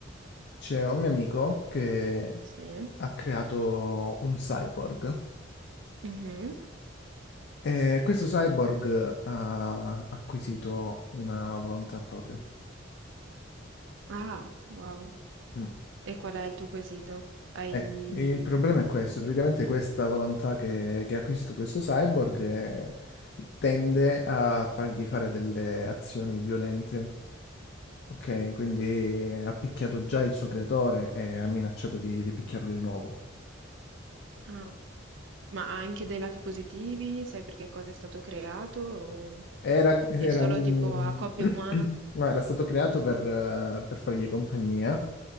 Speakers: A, on the left; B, on the right.
A: c'è un mio amico che
B: Sì.
A: ha creato un cyborg
B: Mhm.
A: e questo cyborg ha acquisito una volontà propria.
B: Ah, wow.
A: Mm.
B: E qual è il tuo quesito? Hai...
A: Eh, il problema è questo, praticamente questa volontà che, che ha acquisito questo cyborg eh, tende a fargli fare delle azioni violente, ok? Quindi eh, ha picchiato già il suo creatore e ha minacciato di, di picchiarlo di nuovo.
B: ah, Ma ha anche dei lati positivi? Sai per che cosa è stato creato? O
A: Era,
B: È
A: era
B: solo
A: un...
B: tipo a coppia
A: <clears throat>
B: umana?
A: no, era stato creato per, eh, per fargli compagnia,